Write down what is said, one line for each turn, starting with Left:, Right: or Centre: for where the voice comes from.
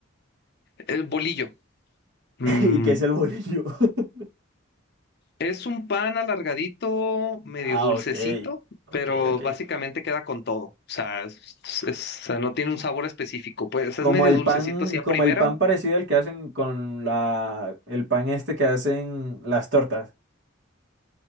Left: El bolillo. Mm,
Right: <laughs> y qué es el bolillo. <laughs>
Left: Es un pan alargadito, medio
Right: Ah,
Left: dulcecito,
Right: ok, ok,
Left: pero
Right: ok.
Left: básicamente queda con todo. O sea, es- es- o sea, no tiene un sabor específico. Pues
Right: Como
Left: es medio
Right: el
Left: dulcecito
Right: pan,
Left: así a
Right: como
Left: primera.
Right: el pan parecido al que hacen con la, el pan este que hacen las tortas.